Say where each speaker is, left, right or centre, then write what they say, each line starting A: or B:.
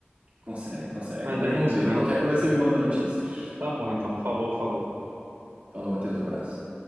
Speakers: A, on the right; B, on the right.
A: Consegue, consegue.
B: Mas
A: Mas
B: é
A: vamos
B: isso,
A: ver.
B: né?
A: Qualquer coisa você me manda notícias.
B: Tá bom, então. Falou, falou.
A: Falou, Matheus, abraço.